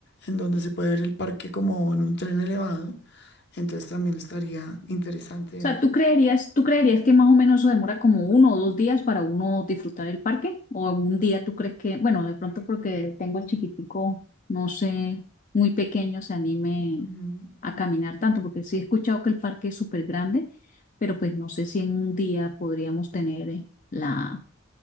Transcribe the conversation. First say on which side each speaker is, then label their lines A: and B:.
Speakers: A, on the left; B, on the left.
A: en donde se puede ver el parque como en un tren elevado. Entonces también estaría interesante
B: O
A: de
B: sea,
A: ver.
B: ¿tú creerías, tú creerías que más o menos eso demora como uno o dos días para uno disfrutar el parque? ¿O en un día tú crees que, bueno, de pronto porque tengo el chiquitico, no sé, muy pequeño, se anime
A: Ujú.
B: a caminar tanto? Porque sí he escuchado que el parque es súper grande, pero pues no sé si en un día podríamos tener eh, la,